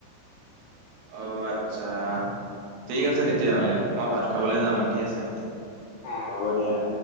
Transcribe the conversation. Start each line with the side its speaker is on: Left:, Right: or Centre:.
Right: অঔ আচ্ছা। ঠিক আছে তেতিয়াহ'লে মই ভাত খাবলৈ যাম মাতি আছে।
Left: উম হ'ব দিয়া।